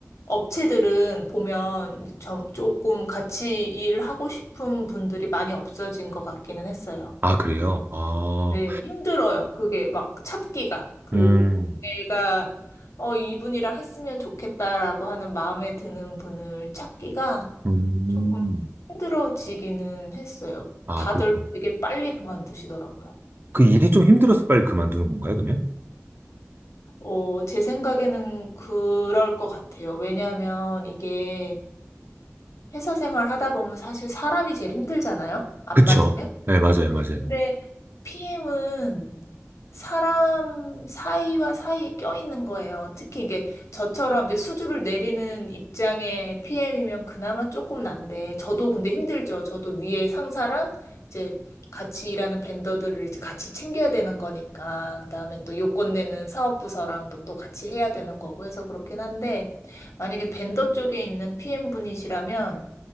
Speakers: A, on the left (about 75°); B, on the right (about 45°).
A: 업체들은 보면 이제 좀, 조금 같이 일을 하고 싶은 분들이 많이 없어진 것 같기는 했어요.
B: 아, 그래요? 아,
A: 네, 힘들어요. 그게 막 찾기가. 그,
B: 음,
A: 내가, 어, 이분이랑 했으면 좋겠다라고 하는 마음에 드는 분을 찾기가,
B: 음,
A: 조금 힘들어지기는 했어요.
B: 아,
A: 다들
B: 그렇구나.
A: 되게 빨리 그만두시더라고요.
B: 그 일이 좀 힘들어서 빨리 그만두는 건가요, 그러면?
A: 어, 제 생각에는 그럴 것 같아요. 왜냐하면 이게 회사 생활 하다 보면 사실 사람이 제일 힘들잖아요. 안
B: 그쵸.
A: 맞으면.
B: 네, 맞아요, 맞아요.
A: 근데 PM은 사람 사이와 사이에 껴있는 거예요. 특히 이게 저처럼 이제 수주를 내리는 입장의 PM이면 그나마 조금 난데, 저도 근데 힘들죠. 저도 위에 상사랑 이제 같이 일하는 vendor들을 이제 같이 챙겨야 되는 거니까, 그 다음에 또 요건 내는 사업부서랑도 또 같이 해야 되는 거고 해서 그렇긴 한데, 만약에 벤더 쪽에 있는 PM분이시라면,